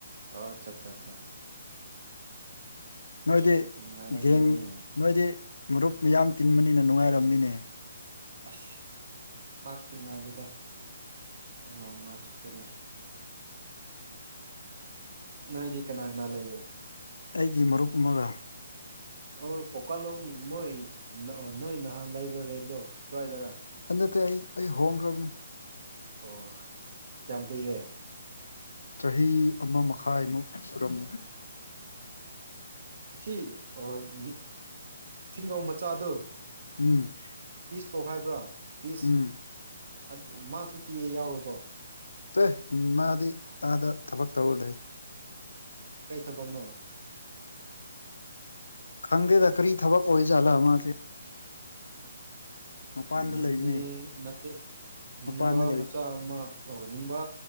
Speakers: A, on the right (about 55°); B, on the left (about 70°).
A: ꯑꯣ ꯆꯥꯆꯥꯆꯥ
B: ꯅꯣꯏꯗꯤ
A: ꯅꯨꯡꯉꯥꯏꯔꯝꯒꯅꯤ
B: ꯒꯦꯡ ꯅꯣꯏꯗꯤ ꯃꯔꯨꯞ ꯃꯌꯥꯝ ꯇꯤꯟꯕꯅꯤꯅ ꯅꯨꯡꯉꯥꯏꯔꯝꯅꯤꯅꯦ
A: ꯑꯁ ꯄꯥꯛ ꯇꯤꯟꯅꯗꯦꯗ ꯅꯣꯡ ꯃꯥ ꯈꯛꯇꯅꯦ ꯅꯣꯏꯗꯤ ꯀꯅꯥ ꯀꯅꯥ ꯂꯩꯌꯦ
B: ꯑꯩꯒꯤ ꯃꯔꯨꯞ ꯑꯃꯒ
A: ꯑꯣ ꯄꯣꯛꯀꯥꯂꯨꯝ ꯃꯣꯏ ꯅꯣꯏ ꯅꯍꯥꯟ ꯂꯩꯕ ꯔꯦꯟꯗꯣ ꯑꯗꯨꯋꯥꯏꯗꯔꯥ
B: ꯅꯠꯇꯦ ꯑꯩ ꯑꯩ ꯍꯣꯡꯈ꯭ꯔꯥꯕꯅꯦ
A: ꯑꯣ ꯀꯌꯥꯝ ꯀꯨꯏꯔꯦ
B: ꯆꯍꯤ ꯑꯃ ꯃꯈꯥꯏꯃꯨꯛ ꯁꯨꯔꯝꯅꯤ
A: ꯑꯣ ꯁꯤ ꯑꯣ ꯅꯨꯞ ꯊꯤꯡꯉꯧ ꯃꯆꯥꯗꯣ
B: ꯎꯝ
A: ꯇꯧ ꯍꯥꯏꯕ꯭ꯔꯥ ꯄꯤꯁ
B: ꯎꯝ
A: ꯑꯗꯨ ꯃꯥꯁꯨ ꯇꯤꯌꯦ ꯌꯥꯎꯔꯕꯣ
B: ꯇꯦ ꯃꯥꯗꯤ ꯑꯥꯗ ꯊꯕꯛ ꯇꯧꯔ ꯂꯩꯌꯦ
A: ꯀꯩ ꯊꯕꯛꯅꯣ
B: ꯈꯪꯗꯦꯗ ꯀꯔꯤ ꯊꯕꯛ ꯑꯣꯏꯖꯥꯠꯂꯥ ꯃꯥꯁꯦ ꯃꯄꯥꯟꯗ
A: ꯅꯣꯅꯦ
B: ꯂꯩꯕꯅꯦ
A: ꯅꯠꯇꯦ ꯅꯨꯡꯕ
B: ꯃꯄꯥꯟꯗ ꯂꯩ
A: ꯃꯆꯥ ꯑꯃ ꯑꯣ ꯅꯨꯡꯕꯥ